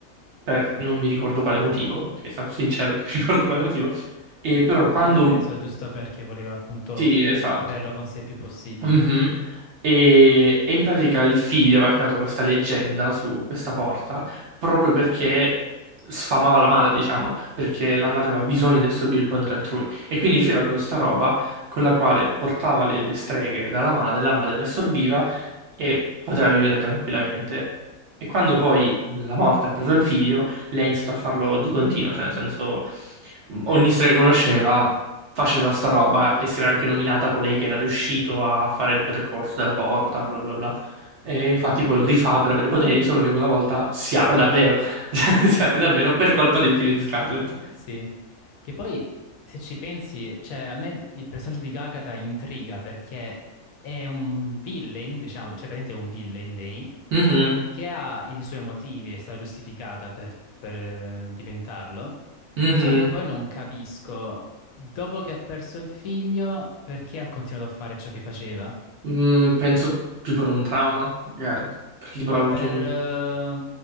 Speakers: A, on the right (about 65°); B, on the left (about 75°).
A: per non mi ricordo quale motivo, ok? Sarò sincero, <laughs> non mi ricordo quale motivo. E però quando...
B: Eh, vabbè, penso giusto perché voleva appunto
A: Sì, esatto.
B: mh, averlo con sé il più possibile.
A: Mhm. E, e in pratica il figlio aveva creato questa leggenda su questa porta proprio perché sfamava la madre, diciamo, perché la madre aveva bisogno di assorbire il potere altrui. E quindi il figlio aveva creato questa roba con la quale portava le, le streghe dalla madre, la madre le assorbiva e poteva vivere tranquillamente. E quando poi la morte ha preso il figlio, lei ha iniziato a farlo di continuo, cioè nel senso mh, ogni strega che conosceva faceva sta roba e si era anche nominata colei che era riuscito a fare il percorso della porta, bla bla bla. E infatti poi lo rifà per avere i poteri, solo che quella volta si apre davvero. <laughs> Si apre davvero per colpa del figlio di Scarlett.
B: Sì, che poi se ci pensi, cioè a me il personaggio di Gagata intriga perché è un villain, diciamo, cioè praticamente è un villain lei,
A: Mhm,
B: che ha i suoi motivi e sta giustificata per, per, eh, diventarlo,
A: mhm.
B: solo che poi non capisco, dopo che ha perso il figlio, perché ha continuato a fare ciò che faceva?
A: Mm, penso più per un trauma, magari. Perché
B: Tipo
A: tipo ha avuto
B: per,
A: un
B: eh,